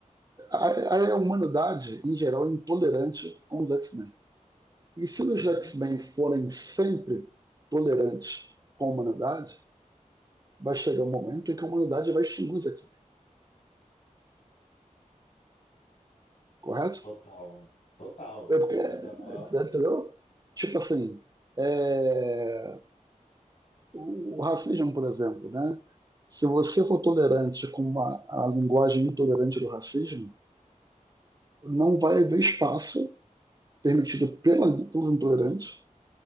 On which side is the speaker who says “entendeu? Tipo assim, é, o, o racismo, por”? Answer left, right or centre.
Right